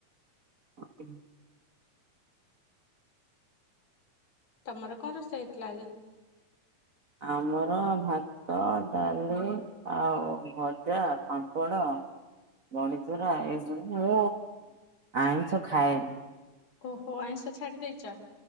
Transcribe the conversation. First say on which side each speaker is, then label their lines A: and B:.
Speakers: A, on the right; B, on the left.
A: <unintelligible>
B: ତମର କଣ ରୋଷେଇ ହେଇଥିଲା ଆଜି?
A: ଆମର ଭାତ ଡାଲି ଆଉ ଭଜା ପାମ୍ପଡ଼ ବଡିଚୁରା ଏସବୁ ମୁଁ ଆଇଁଷ ଖାଏନି।
B: ଓହୋ ଆଇଁଷ ଛାଡ଼ି ଦେଇଚ।